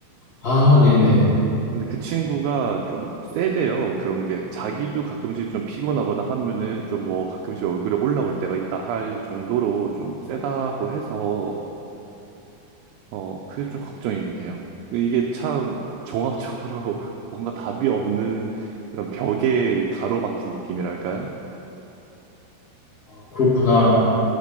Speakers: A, on the left; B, on the right.
A: 아, 네네.
B: 근데 그 친구가 좀 세대요. 그런 게 자기도 가끔씩 좀 피곤하거나 하면은 좀 뭐 가끔씩 얼굴에 올라올 때가 있다 할 정도로 좀 세다고 해서 어 그게 좀 걱정이긴 해요. 이게 참 종합적으로 <laughs> 뭔가 답이 없는 그런 벽에 가로막힌 느낌이랄까요?
A: 아, 그렇구나.